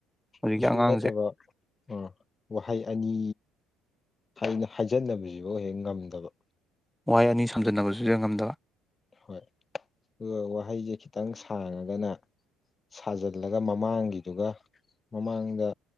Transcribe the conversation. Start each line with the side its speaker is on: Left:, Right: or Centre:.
Centre: ꯍꯧꯖꯤꯛꯀꯤ
Left: ꯀꯩꯁꯨ
Centre: ꯑꯉꯥꯡꯁꯦ
Left: ꯅꯠꯇꯕ ꯑ ꯋꯥꯍꯩ ꯑꯅꯤ ꯍꯥꯏ ꯍꯥꯏꯖꯟꯅꯁꯤꯕꯨ ꯍꯦꯛ ꯉꯝꯗꯕ
Centre: ꯋꯥꯍꯩ ꯑꯅꯤ ꯁꯝꯖꯟꯅꯕꯁꯤꯁꯨ ꯍꯦꯛ ꯉꯝꯗꯕ
Left: ꯍꯣꯏ ꯑꯗꯨꯒ ꯋꯥꯍꯩꯁꯦ ꯈꯤꯇꯪ ꯁꯥꯡꯉꯒꯅ ꯁꯥꯖꯜꯂꯒ ꯃꯃꯥꯡꯒꯤꯗꯨꯒ ꯃꯃꯥꯡꯗ